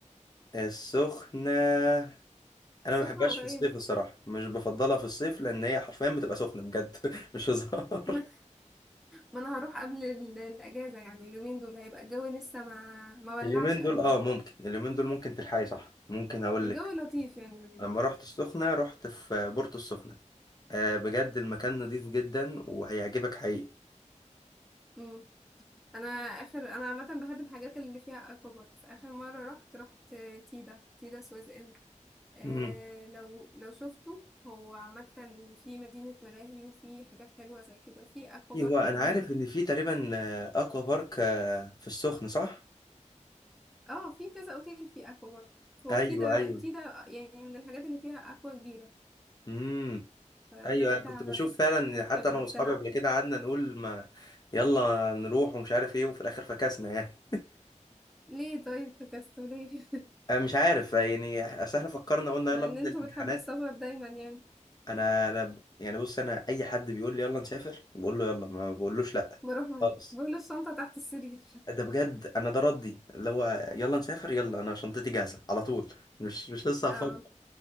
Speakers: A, on the left; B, in the centre.
A: <laughs> السخنة انا
B: السخنة
A: ما بحبهاش
B: قريبة
A: في الصيف الصراحه مش بفضلها في الصيف لان هي حرفيا بتبقى سخنه بجد <laughs> مش هزار
B: <laughs> ما ما انا هروح قبل ال- الاجازة يعني اليومين دول هيبقى الجو لسه ما ما ولعش
A: اليومين
B: قوي
A: دول اه
B: يعني
A: ممكن اليومين دول ممكن تلحقي صح ممكن هقول
B: الجو
A: لك
B: لطيف يعني اليومين
A: لما
B: دول
A: رحت السخنه رحت في بورتو السخنه آه بجد المكان نضيف جدا وهيعجبك حقيقي
B: امم انا اخر انا عامة بحب الحاجات اللي فيها اكوا بارك فاخر مرة رحت رحت تيدا تيدا سويس ان آه
A: امم
B: لو لو شفته هو عامة في مدينة ملاهي وفي حاجات حلوة زي كده وفي اكوا
A: ايوه
B: بارك كبيرة
A: انا عارف ان في تقريبا آه، اكوا بارك آه، في السخنه صح
B: اه في كذا اوتيل فيه اكوا بارك هو
A: ايوه
B: تيدا
A: ايوه
B: تيدا يعني من الحاجات اللي فيها اكوا كبيرة
A: امم
B: فلو
A: ايوه
B: انت
A: انا كنت
B: هت...
A: بشوف فعلا
B: هتحب
A: حتى انا واصحابي
B: تلعب
A: قبل كده قعدنا نقول ما يلا نروح ومش عارف ايه وفي الاخر فكسنا يعني
B: ليه طيب في كاستوليه <laughs>
A: أنا مش عارف يعني اصل احنا فكرنا قلنا
B: مع
A: يلا
B: ان
A: بعد
B: انتوا
A: الامتحانات
B: بتحبوا السفر دايما يعني
A: انا انا يعني بص انا اي حد بيقول لي يلا نسافر بقول له يلا ما بقولوش لا
B: بروح معاه
A: خالص
B: بقول الشنطة تحت السرير
A: ده بجد انا ده ردي اللي هو يلا نسافر يلا انا شنطتي جاهزه على طول مش مش لسه
B: <laughs>
A: هفكر
B: اه